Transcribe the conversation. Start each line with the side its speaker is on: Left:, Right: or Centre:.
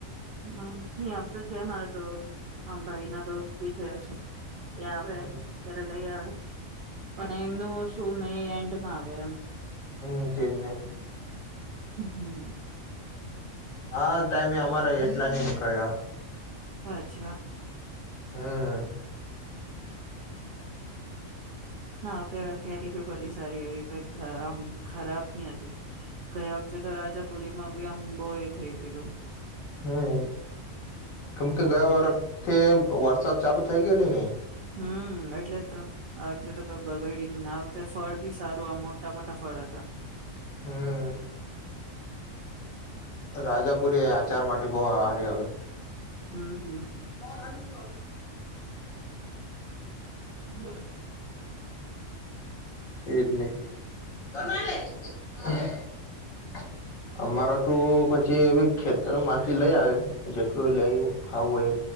Right: હ ની આમ તો છે મારે તો આમ ભાઈ ના દોસ્ત બી છે. એ યાવે
Left: હમ
Right: ત્યારે લઈ આવે. પણ એમનું શું મે એન્ડ મા આવે એમ.
Left: હમ તેજને.
Right: <unintelligible>
Left: હા ટાઈમે અમારા એટલા ની નીકળયા.
Right: અચ્છા.
Left: હમ્મ.
Right: ના કે કેરી બી બધ સારી આવી કઈ આ ખર ખરાબ ની હતી, ગયા વખતે તો રાજાપુરીમાં બી આમ બહ એ થઇ ગેલું.
Left: હમ, કેમ કે ગયા વરખથી વરસાદ ચાલુ થઇ ગેલી ને.
Right: હમ એટલે તો આ વખતે તો કોઈ બગાડી આ વખતે ફળ બી સારું આ મોટા મોટા ફળ હતા.
Left: હમ. રાજાપુરી આચાર માટે બહ હારી આવે.
Right: હમ.
Left: <unintelligible>
Right: બોલો.
Left: એજ ને. કમાલે. <unintelligible> અમારે તું પછી ખેતરમાંથી લઈ આયે જેટલું લે ખાવું એ.